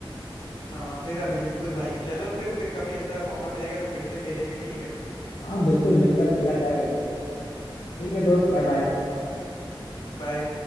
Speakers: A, on the left; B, on the left.
A: हाँ मेरा भी बिल्कुल भाई चलो फिर फिर कभी ऐसा मौका मिलेगा तो फिर से खेलेंगे ठीक है
B: हाँ बिल्कुल मिलकर खेला जाएगा कभी ठीक है दोस्त बाय बाय
A: बाय